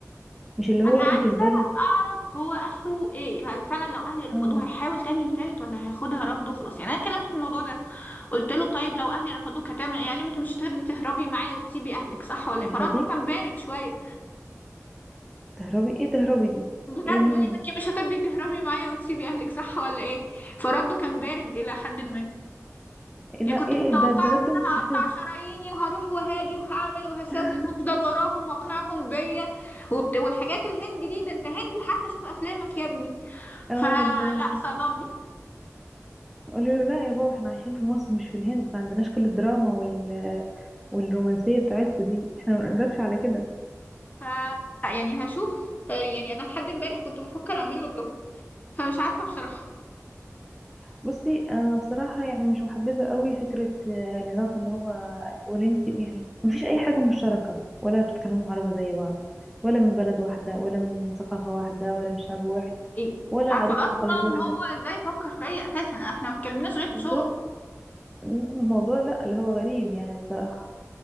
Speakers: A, in the centre; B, on the left.
A: مش اللي هو
B: أنا
A: انتي
B: عايزة
A: تفضلي
B: أعرف هو آخره إيه هل فعلا لو أهلي رفضوه
A: امم
B: هيحاول تاني وتالت ولا هياخدها رفضه وخلاص يعني أنا اتكلمت في الموضوع ده قلت له طيب لو أهلي رفضوك هتعمل إيه قال لي ما أنت مش هترضي تهربي معايا وتسيبي أهلك صح ولا
A: تهربي
B: إيه فرده كان بارد شوية
A: تهربي ايه تهربي دي
B: بجد
A: ايه الناس
B: بيقول لي
A: دي؟
B: انتي مش هترضي تهربي معايا وتسيبي اهلك صح ولا ايه فرده كان بارد الى حد ما
A: إيه
B: يعني
A: لا
B: كنت
A: ايه
B: متوقعه
A: إيه ده ده رد
B: ان
A: مستفز
B: انا هقطع شراييني وهروح وهاجي وهعمل وهسوي
A: <laughs>
B: وهفضل وراهم واقنعهم بيا وبت... والحاجات الهندي دي ده انت هندي حتى شوف افلامك يا ابني فلا
A: اه والله
B: صدمني
A: قالوا له لا يا بابا احنا عايشين في مصر مش في الهند ما عندناش كل الدراما وال والرومانسية بتاعتكم دي احنا ما نقدرش على كده
B: ف لا يعني هشوف يعني انا لحد امبارح كنت بفكر اعمل له بلوك فمش عارفه بصراحه
A: بصي انا بصراحة يعني مش محبذة قوي فكرة آه، العلاقة اللي هو ولنتي يعني مفيش اي حاجة مشتركة ولا بتتكلموا عربي زي بعض ولا من بلد واحدة ولا من ثقافة واحدة ولا من شعب واحد
B: ايه
A: ولا
B: مش عارفه
A: عادات
B: اصلا
A: وتقاليد واحدة
B: هو ازاي فكر فيا اساسا احنا ما اتكلمناش غير
A: بالظبط
B: في شغل
A: الموضوع لا اللي هو غريب يعني بصراحة